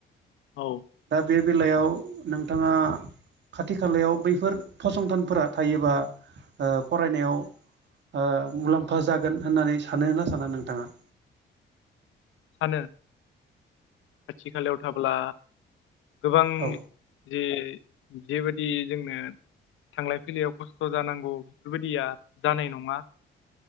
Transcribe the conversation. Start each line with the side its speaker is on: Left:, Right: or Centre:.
Left: औ
Right: दा बे बेलायाव नोंथांआ खाथि खालायाव बैफोर फसंथानफोरा थायोबा फरायनायाव ओ मुलाम्फा जागोन होननानै सानो ना साना नोंथांआ
Left: सानो खाथि खालायाव थाब्ला गोबां
Right: औ
Left: जे जेबादि जोंनो थांलाय फैलायाव खस्थ' जानांगौ बेफोरबादिआ जानाय नङा